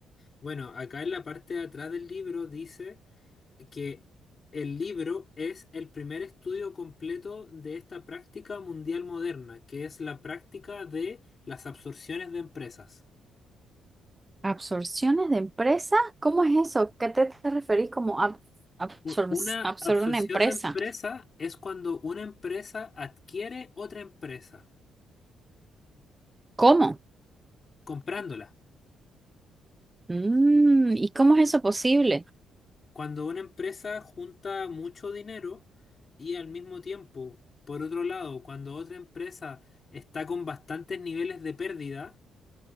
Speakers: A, on the left (about 40°); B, on the right (about 15°).
A: bueno, acá en la parte de atrás del libro dice que el libro es el primer estudio completo de esta práctica mundial moderna, que es la práctica de las absorciones de empresas.
B: ¿Absorciones de empresa? ¿Cómo es eso? ¿Qué te, te referís como ab- absor-
A: U- Una
B: absorber
A: absorción
B: una empresa?
A: de empresa es cuando una empresa adquiere otra empresa,
B: ¿Cómo?
A: comprándola.
B: Mm, ¿y cómo es eso posible?
A: Cuando una empresa junta mucho dinero y al mismo tiempo, por otro lado, cuando otra empresa está con bastantes niveles de pérdida,